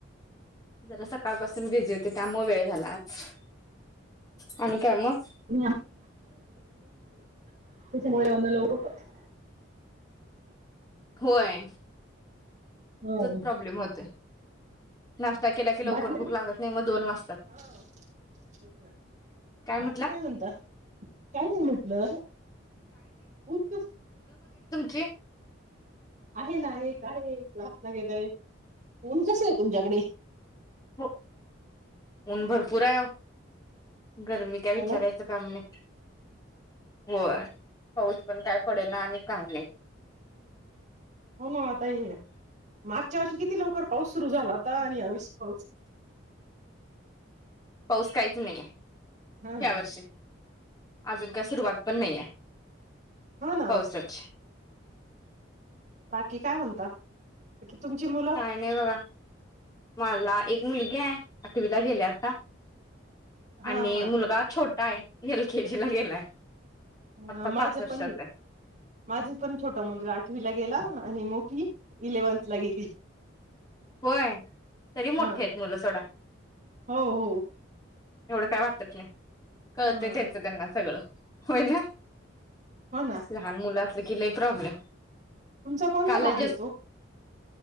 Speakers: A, on the left; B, on the right.
A: जरा सकाळपासून बिझी होते. त्यामुळं वेळ झालाच. आणि काय म?
B: <unintelligible> तेच्यामुळे अन्न लवकर पच
A: होय!
B: हो
A: तोच प्रॉब्लेम होतोय. नाष्टा केला की लवकर
B: बाकी
A: भूक लागत नाय. मग दोन वाजतात.
B: हा तेच ना
A: काय
B: बाकी
A: म्हटला?
B: म्हणता काय नाही म्हटलं ऊन कस
A: चे
B: आहे ना. एक आहे. एक क्लासला गेलंय. ऊन कसंय तुमच्याकडे?
A: हो, ऊन भरपूर आहे अहो. गरमी
B: हो
A: काय विचारायचं
B: ना
A: काम नाय. होय, पाऊस पण काय पडेना आणि काय नाय.
B: हो ना. आता ये ए, मागच्या वर्षी किती लवकर पाऊस सुरु झाला ता आणि यावर्षी पाऊस
A: पाऊस काहीच नाहीये.
B: हा ना
A: ह्या वर्षी अजून काय सुरवात पण नाहीेये.
B: हो ना
A: पावसाची
B: बाकी काय म्हणता? की तुमची मुलं
A: काय नाही बघा मला एक मुलगी आहे, आठवीला गेली आता.
B: हा
A: आणि
B: हा
A: मुलगा छो टा हाय एलकेजीला गेलाय. आता
B: ह माझ
A: पाच वर्षाचा
B: पण
A: आहे
B: माझा पण छोटा मुलगा आठवीला गेला आणि मोठी इलेव्हन्थला गेली
A: होय तरी मोठे
B: हा
A: आहेत मुलं सोडा
B: हो हो
A: एवढं काय वाटत नाही कळतय
B: हा
A: त्याचं त्यांना सगळं, होय ना
B: हो ना
A: लहान मुलाच कि लई प्रॉब्लेम
B: तुमचा कोणता
A: काल
B: भाग
A: जस्ट
B: येतो?